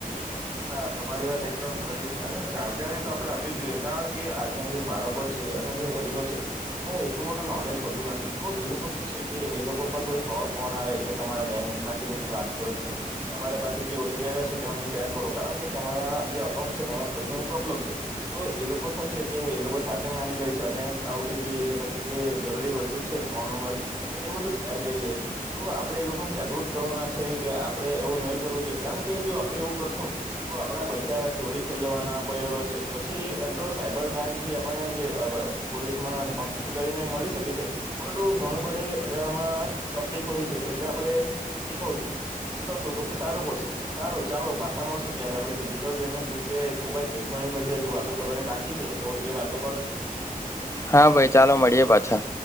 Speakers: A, on the right (about 25°); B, on the left (about 20°).
A: હા તમારી વાત એકદમ સચી છે અને જાણકારી તો આપડણે આપવી જ જોઈએ કારણ કે આજના જે બાળકો છે જે વડીલો છે એમને એટલું બધું નોલેજ હોતું નથી તો એ લોકો શું છે કે એ લોકો પર કોઈ ફોડ ફોન આવે કે તમારા બેંક માંથી હું વાત કરું છું તમારી પાસે જે ઓટીપી આવે છે અમને શેર કરો કારણ કે તમારા જે અકાઉન્ટ છે તેમાં થોડી ઘણી પ્રોબ્લેમ છે તો એ લોકો શું છે કે એ લોકો સાચો મેનેજ ે અને ઓપી પછી જે જરૂરી વસ્તુ છે ફોન નંબર તો એ બધું શેર કરી દે છે તો આપડણે એ લોકોને જાગૃત કરવાના છે કે આપડે એવું નહીં કરવું જોઈએ કારણ કે જો આપડે એવું કરશું તો આપડા પૈસા ચોરી થઈ જવાના ભયલો છે પછી એમ તો સાયબર ક્રાઈમ થી આપણને જે પોલીસમાં અને કમ્પ્લેન કરીને મળી શકે છે પરંતુ ઘણી બધીમાં તકલીફ હોય એટલે આપે શીખું શીખશું તો સારું પડશે સારું ચાલો પાછા મળશ ત્યારે આપણે ડિજિટલ પેમેન્ટ વિશે ખુબ જ ઘણી બધી હજુ વાતો કરવાની બાકી છે તો એ વાતો કરશું
B: હા ભાઈ ચાલો મળીએ પાછા